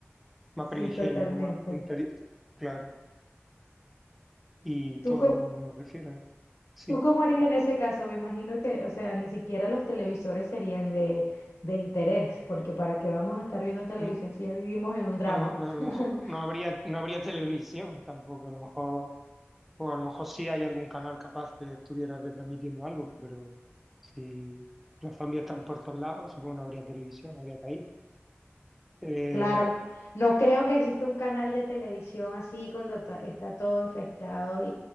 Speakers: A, in the centre; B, on the left.
A: más
B: sí,
A: primigenio,
B: totalmente.
A: lo más anteri- claro, y
B: ¿Tú,
A: todo,
B: co-
A: me refiero. Sí,
B: ¿Tú cómo harías en ese caso? Me imagino que, o sea, ni siquiera los televisores serían de, de interés, porque ¿para qué vamos a estar viendo televisión
A: Mm,
B: si ya vivimos en un drama?
A: no, no, a lo
B: <laughs>
A: mejor no habría, no habría televisión tampoco, a lo mejor, o a lo mejor sí hay algún canal capaz que estuviera retransmitiendo algo, pero si los zombies están por todos lados, supongo que no habría televisión, no habría país. Eh,
B: Claro, no creo que exista un canal de televisión así cuando ta- está todo infectado y,